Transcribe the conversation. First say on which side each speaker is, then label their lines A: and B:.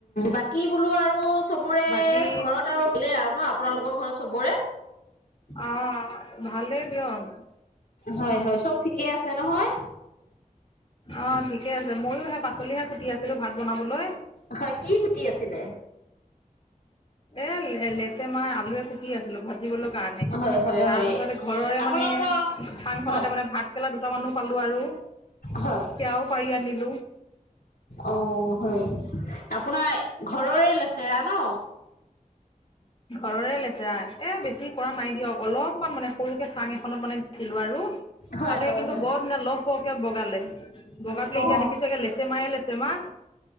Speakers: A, on the left (about 80°); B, on the left (about 40°).
A: বাকী বোলো আৰু চবোৰে
B: বাকী
A: ঘৰত আৰু হলে আৰু ন আপোনালোকৰ ঘৰত চবৰে?
B: অ ভালেই দিয়ক।
A: হয় হয় চব ঠিকে আছে নহয়?
B: অ' ঠিকে আছে ময়ো সেই পাচলিহে কুটি আছিলো ভাত বনাবলৈ।
A: হয় কি কুটি আছিলে?
B: এ লেচেমাই আলুৱে কুটি আছিলোঁ ভাত জিব কাৰণে,
A: হয় হয়
B: তাৰপাছতে
A: হয়
B: ঘৰৰে
A: আপোনালোকৰ
B: মানে চাংখনতে
A: হয়
B: মানে ভাত পেলা দুটা মানুহ পালো আৰু,
A: হয়
B: সেয়াও পাৰি আনিলো।
A: অ' হয় আপোনাৰ ঘৰৰে লেচৰা ন?
B: ঘৰৰে লেচেৰা এ বেছি কৰা নাই দিয়ক অলপমান মানে সৰুকে চাং এখনত মানে দিছিলো আৰু।
A: হয়
B: তাতে
A: হয়
B: কিন্তু
A: হয়
B: বৰ দিনা লহ বহকে বগালে, বগা পেলাই
A: অ
B: এতিয়া দেখিছগে লেচেমাহে লেচেমা।